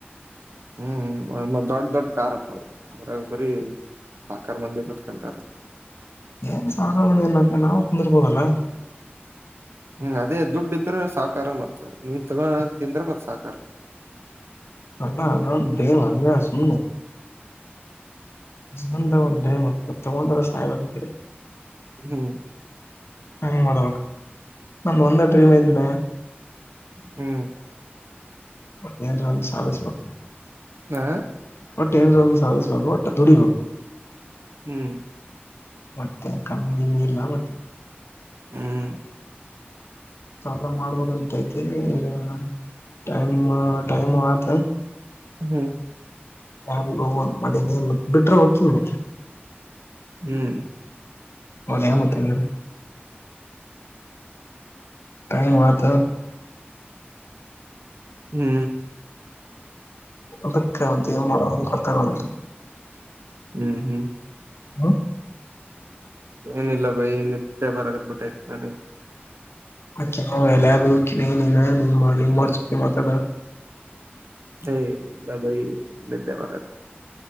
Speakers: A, on the right; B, on the left.
A: ಹ್ಮ್ ದೊಡ್ಡ ದೊಡ್ಡ ಕಾರಪ್ಪ ಅದ್ ಅದ್ರಾಗ ಬರೀ ಸಾವ್ಕಾ ಮಂದಿ ಕೂತ್ಕಂತಾರೆ.
B: ಏನ್ ಸಾವ್ಕಾರ್ ಮಂದಿ ನಾವು ಕುಂದಿರ್ಬೋದಲ್ಲ.
A: ಹ್ಮ ಅದೇ ದುಡ್ಡ ಇದ್ರ ಸಾ ಸಕಾರ ಮತ್ತ ನೀ ತಗತಿ ಅಂದ್ರ ಸಕಾರ
B: ಅನ್ನ ಅಲ್ಲ ಬೇ ಅ ಸುನ ಒ <unintelligible> ತಗೊಂಡ ಅರೆ ಸಾಯಬೇಕ ಅಕಡಿ
A: ಹ್ಮ.
B: ಹ ಮಾಡಬೇಕ ನ ಒಂದ ಡ್ರೀಮ ಐತೆ ಬೆ
A: ಹ್ಮ.
B: ಮತ್ತ ಏನರ ಒಂದ ಸಾಗಿಸ ಬ
A: ಹಾ
B: ಒಟ್ ಏನ್ರ ಒಂದ ಸಾದಸ್ಬೇಕು ಒಟ್ ದುಡಿಬೇಕ.
A: ಹ್ಮ.
B: ಮತ್ತೆ ಕಮ್ಮ ನಿಂಗ ಇಲ್ಲಾ ಮತ್ತ
A: ಹ್ಮ.
B: ಎಲ್ಲ ಮಾಡ್ಬೋದ ಅಂತ ಐತಿ ಈಗ ಟೈಮ್ ಟೈಮ್ ಆತ
A: ಹ್ಮ.
B: ಯಾರ ಹೋಗ ಮ ನೀ ಬಿಟ್ರ ಹೋಕಿನ ಮತ್ತ
A: ಹ್ಮ.
B: ಹದ ಮತ್ತನೇರ ಕೈ ಮಾತ
A: ಹ್ಮ.
B: ಅದಕ್ಕ ಅಂತ ಏನ್ ಮಾಡುದ ಗೊತ್ತ ಆಗವಲ್ತ.
A: ಹ್ಮ ಹ್ಮ.
B: ಹಾ
A: ಏನಿಲ್ಲ ಬೈ ಏನಿಲ್ಲ ನಿದ್ದೆ ಬರಕತ್ತಾತಿ ನನಗ
B: ಆಕೆ ನವು ಎಲ್ಲ ಬಿನ ನೀನ ನಿಮ ನಿಮ್ಮ್ರ ಜೊತೆ ಮಾತಾಡ
A: ಎ ಇಲ್ಲ ಭೈ ನಿದ್ದೆ ಬರ